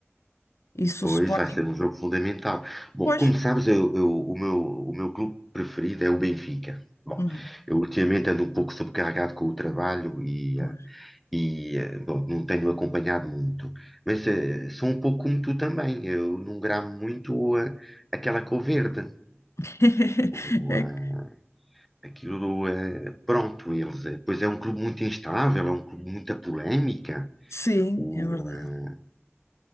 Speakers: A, on the left (about 70°); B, in the centre.
A: Isso
B: Pois
A: o Sporting.
B: vai ser um jogo fundamental. Bom,
A: Pois.
B: como sabes, eu, eu- o meu, o meu clube preferido é o Benfica. Bom,
A: Uhum,
B: eu ultimamente ando um pouco sobrecarregado com o trabalho e,
A: pois.
B: ah, E, eh, bom, não tenho acompanhado muito, mas eh, sou um pouco como tu também. Eu não gramo muito eh, aquela cor verde,
A: <laughs>
B: ou
A: É
B: eh,
A: que-
B: aquilo, eh, pronto, eles, eh, pois é um clube muito instável, é um clube de muita polémica.
A: Sim,
B: O,
A: é verdade.
B: eh,